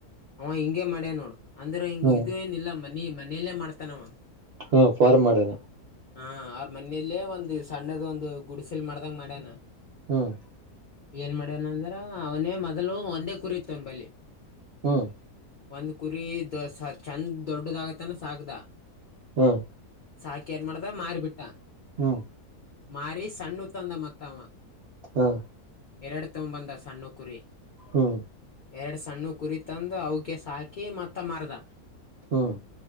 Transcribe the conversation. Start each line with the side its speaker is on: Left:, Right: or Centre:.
Left: ಅವ್ ಹಿಂಗೆ ಮಾಡ್ಯ ನೋಡು ಅಂದ್ರೆ ಹಿಂಗ
Right: ಹ್ಮ್
Left: ಇದು ಏನ ಇಲ್ಲ ಮ ನೀ ಮನೆಯಲ್ಲೇ ಮಾಡ್ತಾನವ
Right: ಹಾ ಫಾರ್ಮ್ ಮಾಡಣ
Left: ಹಾ ಅವ್ರ ಮನೆಯಲ್ಲೇ ಒಂದು್ ಸಣ್ಣದ ಒಂದು ಗುಡಿಸೆಲ್ ಮಾಡ್ದಂಗ ಮಾಡ್ಯನ
Right: ಹ್ಮ್
Left: ಏನ್ ಮಾಡ್ಯನಂದ್ರ ಅವನೇ ಮೊದಲು ಒಂದೇ ಕುರಿತ್ವನ ಬಲ್ಲಿಿ
Right: ಹ್ಮ್
Left: ಒಂದ್ ಕುರಿ ದ ಚಂದ ದೊಡ್ಡದಾಗತ್ತನ ಸಾಕ್ದ
Right: ಹ್ಮ್
Left: ಸಾಕ ಏನ್ ಮಾಡಿದ ಮಾರಿಬಿಟ್ಟ
Right: ಹ್ಮ್
Left: ಮಾಾರಿ ಸಣ್ಣ ತಂದ ಮತ್ತಾವ
Right: ಹ್ಮ್
Left: ಎರಡು ತಗೊಂಡ್ ಬಂದ ಸಣ್ಣ ಕುರಿ
Right: ಹ್ಮ್
Left: ಎರಡು ಸಣ್ಣು ಕುರಿ ತಂದು ಅವಿಗೆ ಸಾಕಿ ಮತ್ತ ಮರದ
Right: ಹ್ಮ್